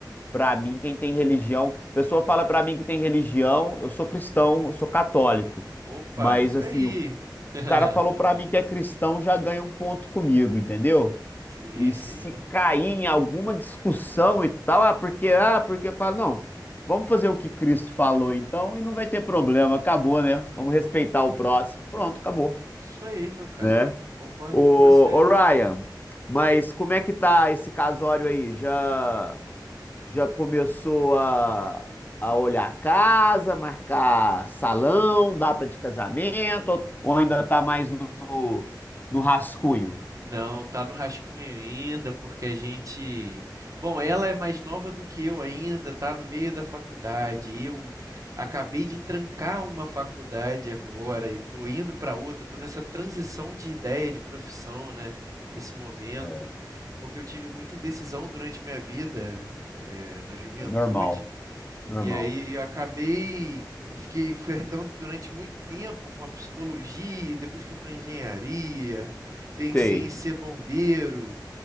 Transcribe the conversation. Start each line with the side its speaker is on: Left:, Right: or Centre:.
Left: pra mim, quem tem religião, pessoa fala pra mim que tem religião, eu sou cristão, eu sou católico,
Right: Opa,
Left: mas
Right: isso
Left: assim,
Right: aí.
Left: o
Right: <laughs>
Left: cara falou pra mim que é cristão, já ganha um ponto comigo, entendeu?
Right: Sim,
Left: E
Right: sim.
Left: se cair em alguma discussão e tal, ah, porque, ah, porque fala, não, vamos fazer o que Cristo falou então e não vai ter problema, acabou, né? Vamos respeitar o próximo. Pronto, acabou,
Right: Isso aí, meu cara.
Left: né?
Right: Concordo
Left: Ô,
Right: com você.
Left: ô Ryan, mas como é que tá esse casório aí? Já já começou a, a olhar a casa, marcar salão, data de casamento, ou- ou ainda tá mais no, no rascunho?
Right: Não, tá no rascunho ainda, porque a gente. Bom, ela é mais nova do que eu ainda, tá no meio da faculdade. Eu acabei de trancar uma faculdade agora e tô indo para outra, tô nessa transição de ideia, de profissão, né? Nesse momento,
Left: É,
Right: porque eu tive muita indecisão durante minha vida, eh, na juventude.
Left: normal, normal.
Right: E aí eu acabei, eu fiquei flertando durante muito tempo com a psicologia, depois fui para engenharia, pensei
Left: Sei.
Right: em ser bombeiro